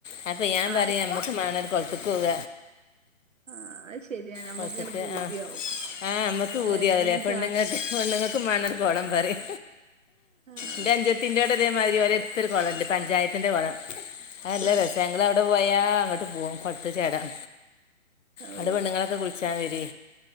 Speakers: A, on the left (about 70°); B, on the right (about 70°).
A: അയിപ്പ ഞാൻ
B: ആഹ്
A: പറയ ഞമക്ക് വേണൊരു കൊളത്തുക്കു പോവ
B: ആഹ് അത് ശരിയാണ് നമ്മുക്കിങ്ങനെ
A: പൊറത്ത്ക്ക്
B: പൂതിയാവും
A: ആഹ് ആഹ് നമ്മക്ക്
B: അല്ല
A: പൂതിയാവലേ
B: എല്ലാരും ഇങ്ങനെ
A: പെണ്ണുങ്ങക്ക്
B: ചാ
A: പെണ്ണ്ങ്ങക്കും വേണൊരു കൊളംപറയു
B: ആഹ്
A: എന്റെ അൻഞ്ചത്തീറ്റവിടെ ഇതേമാതിരി ആടെടത്തൊരു കൊളണ്ട് പഞ്ചായത്തിന്റെ കൊളം അതല്ലരസ
B: ആഹ്
A: ഞങ്ങള് അവിടെപോയാ അങ്ങട്ട് പോവും കൊളത്തി ചാടാൻ ആടെ
B: ഓഹ്
A: പെണ്ണുങ്ങളൊക്കെ കുളിച്ചാൻ വരേ